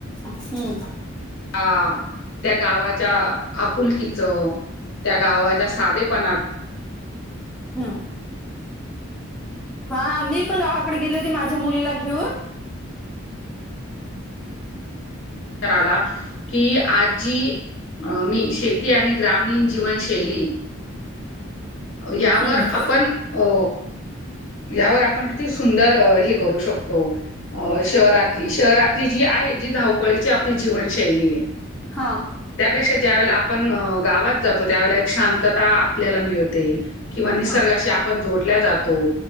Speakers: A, in the centre; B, on the left.
A: हम्.
B: हा त्या गावाच्या आपुलकीच त्या गावाच्या साधेपणात
A: हम्म. हा मी पण गावाकडे गेले होते माझ्या मुलीला घेऊन.
B: कराला की आजी अ मी शेती आणि ग्रामीण जीवनशैली यावर
A: हम्म
B: आपण अ यावर आपण किती सुंदर हे करू शकतो शहरातली शहरातली जी आहे. ळी आपली जीवनशैली,
A: हा
B: त्यात ज्या वेळा आपण गावात जातो त्यावेळा एक शांतता आपला मिळते किंवा निसर्गाशी
A: हा
B: आपण जोडल्या जातो